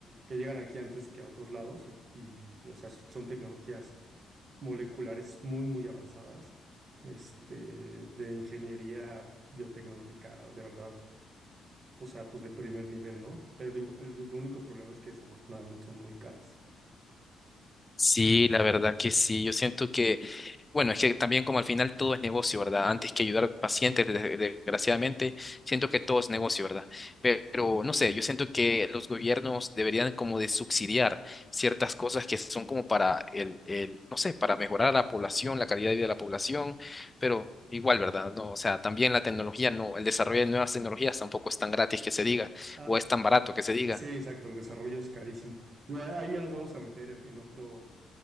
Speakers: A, on the right; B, on the left.
A: que llegan aquí antes que a otros lados y, y, o sea, son tecnologías moleculares muy, muy avanzadas, este, de ingeniería biotecnológica, de verdad, o sea, pues de primer nivel, ¿no? Pero digo, el el único problema es que desafortunadamente son muy caras.
B: Sí, la verdad que sí. Yo siento que, bueno, es que también como al final todo es negocio, ¿verdad? Antes que ayudar pacientes, des- desgraciadamente, siento que todo es negocio, ¿verdad? Pero, no sé, yo siento que los gobiernos deberían como de subsidiar ciertas cosas que son como para el, el, no sé, para mejorar a la población, la calidad de vida de la población, pero igual, ¿verdad? No, o sea, también la tecnología, no, el desarrollo de nuevas tecnologías tampoco es tan gratis que se diga,
A: A-
B: o es tan barato que se diga.
A: Sí, exacto, el desarrollo es carísimo. Digo, a- ahí ya nos vamos a meter en otro,